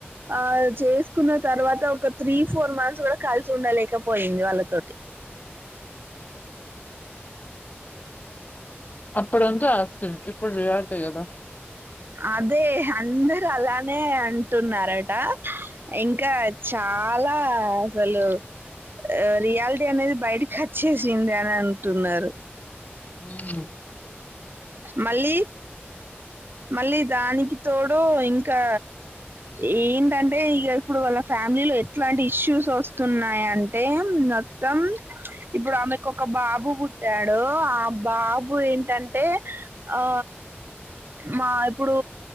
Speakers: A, on the right; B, on the left.
A: ఆ చేసుకున్న తర్వాత ఒక త్రీ ఫోర్ మంత్స్ కలిసి సుండలేక పోయింది వాళ్ళతోటి
B: అప్పుడంత ఇప్పుడు చెయ్యాలని అనిపియదు కదా
A: అదే అందరు అలానే అంటున్నారట ఇంకా చాలా అసలు ఆ రియాలిటీ అనేది బయటకి వచ్చేసింది అని అంటున్నారు
B: హ్మ్
A: మళ్లీ మళ్లీ దానికి తోడు ఇంకా ఏంటంటే ఇక ఇప్పుడు వాళ్ళ ఫ్యామిలీ లో ఎట్లాంటి ఇష్యూస్ వస్త తున్నాయింటే మొత్తం ఇప్పుడు ఆమెకు ఒక బాబు పు ట్టాడు ఆ బాబు ఏంటంటే ఆ మా ఇప్పుడు